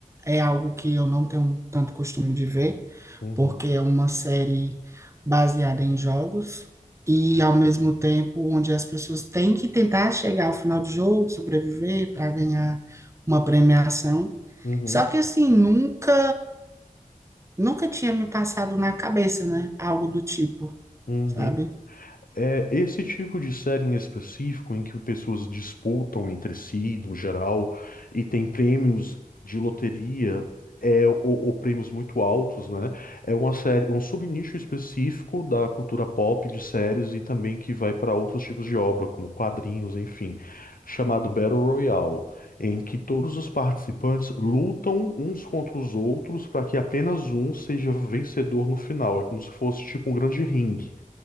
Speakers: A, on the right (about 20°); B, on the left (about 80°).
A: é algo que eu não tenho tanto costume de ver,
B: uhum,
A: porque é uma série baseada em jogos e,
B: uhum,
A: ao mesmo tempo, onde as pessoas têm que tentar chegar ao final do jogo, sobreviver para ganhar uma premiação.
B: uhum,
A: Só que assim, nunca nunca tinha me passado na cabeça, né? Algo do tipo,
B: uhum.
A: sabe?
B: É esse tipo de série em específico, em que pessoas disputam entre si, no geral, e tem prêmios de loteria, é, ou, ou prêmios muito altos, né? É uma série, um subnicho específico da cultura pop de séries e também que vai para outros tipos de obra, como quadrinhos, enfim, chamado Battle Royale, em que todos os participantes lutam uns contra os outros para que apenas um seja vencedor no final. É como se fosse tipo um grande ringue.